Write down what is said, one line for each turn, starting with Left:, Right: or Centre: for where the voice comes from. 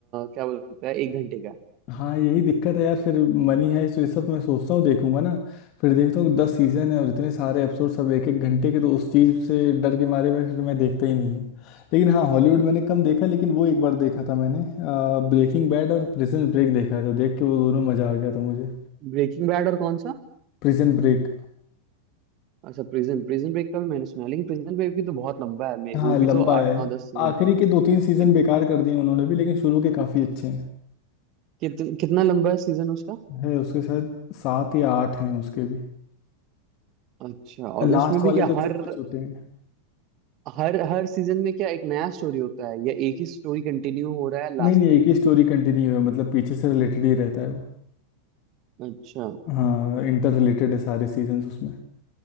Right: क्या बोलता है एक घंटे का
Left: हाँ यही दिक्कत है यार फिर मनी है तो ये सब मैं सोचता हूँ देखूंगा ना फिर देखता हूँ दस सीजन है और इतने सारे एपिसोड सब एक एक घंटे के तो उस चीज़ से डर के मारे में फिर मैं देखता ही नहीं हूँ लेकिन हाँ हॉलीवुड मैंने कम देखा लेकिन वो एक बार देखा था मैंने ब्रेकिंग बैड और प्रिजन ब्रेक देखा है तो देख के वो दोनों मज़ा आ गया था मुझे
Right: ब्रेकिंग बैड और कौन सा
Left: Prison break
Right: अच्छा प्रिजन प्रिजन ब्रेक का भी मैंने सुना है लेकिन प्रिजन ब्रेक भी तो बहुत लंबा है मैं
Left: हाँ
Right: वो
Left: लंबा
Right: भी तो आठ
Left: है
Right: नौ दस सीजन
Left: आखिरी
Right: का
Left: के दो तीन
Right: कि,
Left: सीजन बेकार कर दिए उन्होंने भी लेकिन शुरू के काफ़ी अच्छे हैं
Right: कित, कितना लंबा है सीजन उसका
Left: है उसके साथ सात या आठ हैं उसके भी
Right: अच्छा और
Left: लास्ट
Right: उसमें भी
Left: वाले
Right: क्या
Left: तो
Right: हर
Left: छोटे छोटे हैं
Right: हर हर सीजन में क्या एक नया स्टोरी होता है या एक ही स्टोरी कंटिन्यू हो रहा है लास्ट
Left: नहीं नहीं एक
Right: तक
Left: ही स्टोरी कंटिन्यू है मतलब पीछे से रिलेटेड ही रहता है वो
Right: अच्छा
Left: हाँ इंटर रिलेटेड है सारे सीजन्स उसमें